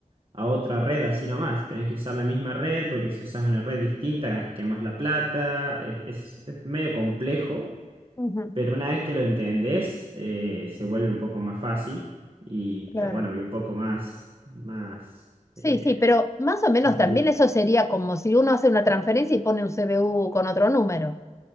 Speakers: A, on the right; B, on the left.
A: a otra red así nomás. Tenés que usar la misma red porque si usás una red distinta, quemás la plata. E- Es, es medio complejo,
B: Ujú,
A: pero una vez que lo entendés, eh, se vuelve un poco más fácil y, te-
B: claro.
A: bueno, y un poco más, más,
B: Sí,
A: eh,
B: sí, pero más o menos
A: más seguro.
B: también eso sería como si uno hace una transferencia y pone un CBU con otro número,